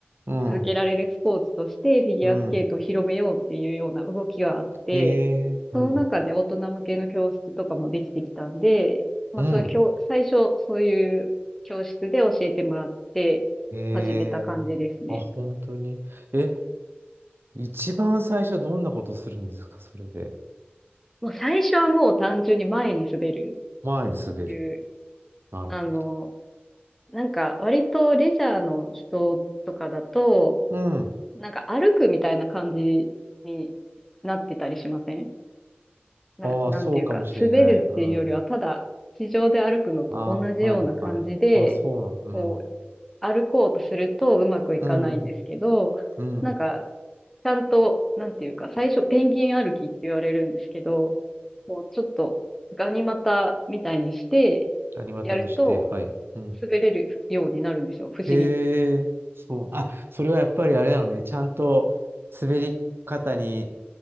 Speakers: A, on the right; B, in the centre.
A: うん、
B: 続けられるスポーツとしてフィギュアスケートを広めようっていうような動きがあって、
A: うん。へえ、
B: その中で大人向けの教室とかもできてきたんで、
A: うん、
B: まあ、
A: うん。
B: その教、最初そういう教室で教えてもらって始めた感じですね。
A: ええあ、本当に。え、一番最初どんなことするんですか、それで。
B: もう最初はもう単純に前に滑る
A: 前に滑る。
B: っていう、
A: なるほど。
B: あの、なんか割とレジャーの人とかだと、
A: うん。
B: なんか歩くみたいな感じになってたりしませんな、
A: ああ、
B: なんていうか、
A: そうかもしれない。
B: 滑るっていうよりは、
A: うん。
B: ただ、地上で歩くのと同じような感じで、
A: ああ、はいはい。あ、そうなん。うん。
B: こう、歩こうとするとうまくいかないんですけど、
A: うん。うん。
B: なんか、ちゃんと、なんていうか、最初、ペンギン歩きって言われるんですけど、こう、ちょっと、ガニ股みたいにして、
A: 谷股にして、
B: やると、
A: はい。うん。
B: 滑れるようになるんですよ、不思議
A: へえ、そう。
B: うん
A: あ、それはやっぱりあれなのね。ちゃんと滑り方に、